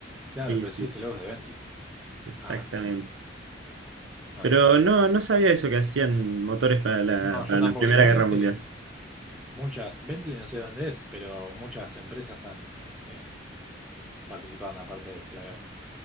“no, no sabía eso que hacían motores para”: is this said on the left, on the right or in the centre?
Right